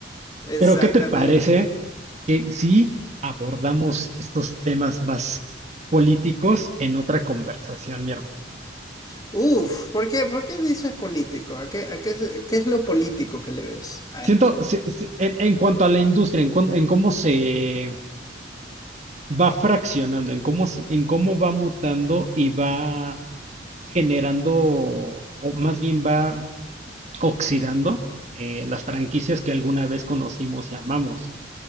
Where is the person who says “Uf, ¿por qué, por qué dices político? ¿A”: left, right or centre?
Left